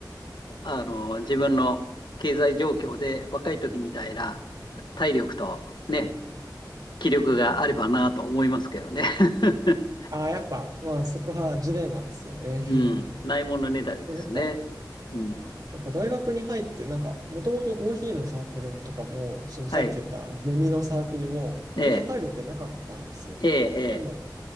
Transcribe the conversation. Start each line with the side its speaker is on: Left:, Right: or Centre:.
Left: あの自分の経済状況で若い時みたいな体力とね、気力があればなと思いますけどね。<laughs>
Right: ああ、やっぱ、まあそこはジレンマですよね。
Left: うん。ないものねだりですね。
Right: <laughs> でもやっぱ、
Left: うん。
Right: やっぱ大学に入って、なんか、もともとコーヒーのサークルとかも、そのさっき言ったゼミのサークルも、
Left: はい。
Right: 全然入る予定なかったんですよ。
Left: ええ、ええ、
Right: でも、